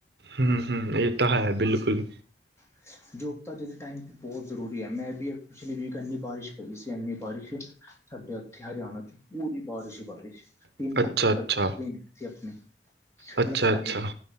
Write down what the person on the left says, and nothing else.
ਹ <inaudible> <inaudible> ਜੋੋਬ ਤਾਂ ਅਜੇ ਦੇ ਟਾਈਮ ਵੀ ਬੋਤ ਜ਼ਰੂਰੀ ਹੈ ਮੈਂ ਬੀ ਪਿਛਲੀ ਵੀਕ ਏਨੀ ਬਾਰਿਸ਼ ਪਈ ਸੀ ਏਨੀ ਬਾਰਿਸ਼ ਸਾਡੇ ਉੱਥੇ ਹਰਿਆਣਾ ਚ ਪੂਰੀ ਬਾਰਿਸ਼ ਹੀ ਬਾਰਿਸ਼। ਤਿੰਨ ਦਿਨ
ਰਹੀ ਸੀ ਅਪਨੇ
ਮਲਬ ਫਰਾ